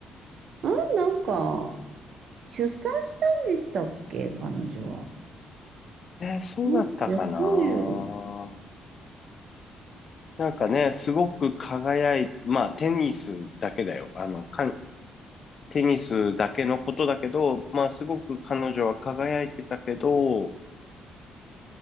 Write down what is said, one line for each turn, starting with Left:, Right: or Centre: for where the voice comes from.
Right: あ、なんか、出産したんでしたっけ彼女は。
Left: えーそうだったかな。
Right: うん休んでる。
Left: なんかね、すごく輝い、まあ、テニスだけだよ。あの、かん、テニスだけのことだけど、まあ、すごく彼女は輝いてたけど、